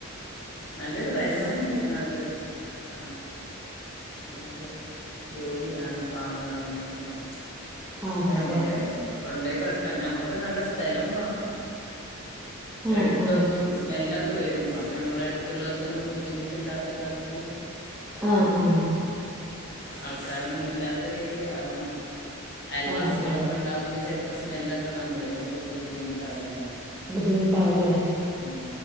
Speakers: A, on the left; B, in the centre.
A: നല്ലൊരു വരുമാനം കിട്ടണ ഒരു ഇതാണ് നല്ലൊരു ജോലിയാണ് ഫാമ് പറഞ്ഞാലൊക്കെ പക്ഷെ
B: അതെല്ലേ
A: മ്മക്ക് കൊണ്ട പോയി കിടക്കാൻ ഞമ്മക്ക് നല്ല സ്ഥലം വേണം
B: ആ
A: എടുത്തൊന്നും
B: ആ
A: സ്മെല്ലൊക്കെ വരും അപ്പോ ഞമ്മളെ അടുത്തുള്ളവർക്കൊന്നും ബുദ്ധിമുട്ടില്ലാത്ത കോലത്തില്
B: ആഹ് ആഹ്
A: ആൾക്കാരൊന്നും ഇല്ലാത്ത ഒരേരിയ ആവണം അയൽവാസികളൊക്കെ
B: ആ ആ
A: ണ്ടാവുമ്പോ ചിലപ്പോ സ്മെല്ലൊക്കെണ്ടക്മ്പോഴെ ഓല്ക്കൊക്ക ബുദ്ധിമുട്ടാവില്ലേ
B: ബുദ്ധിമുട്ടാവും അല്ലേ
A: ഉം